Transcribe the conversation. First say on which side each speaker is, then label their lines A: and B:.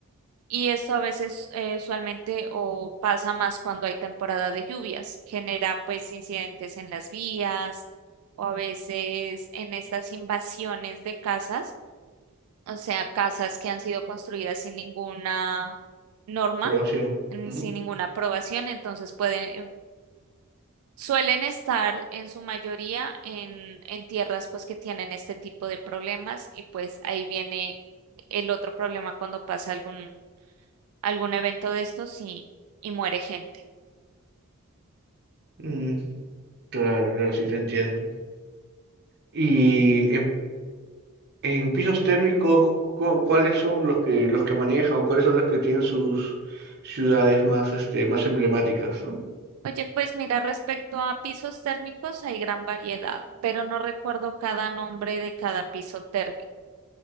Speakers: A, on the right; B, on the right.
A: y esto a veces eh, usualmente o pasa más cuando hay temporada de lluvias, genera pues incidentes en las vías o a veces en estas invasiones de casas, o sea, casas que han sido construidas sin ninguna norma,
B: Probación.
A: mm,
B: Ujú.
A: sin ninguna aprobación, entonces pueden, suelen estar en su mayoría en, en tierras pues que tienen este tipo de problemas y pues ahí viene el otro problema cuando pasa algún algún evento de estos y, y muere gente.
B: Mm, claro, claro, sí te entiendo. Y en, en pisos térmicos, cu- ¿cuáles son los que los que manejan o cuáles son los que tienen sus ciudades más este más emblemáticas, ¿no?
A: Oye, pues mira, respecto a pisos térmicos hay gran variedad, pero no recuerdo cada nombre de cada piso térmico.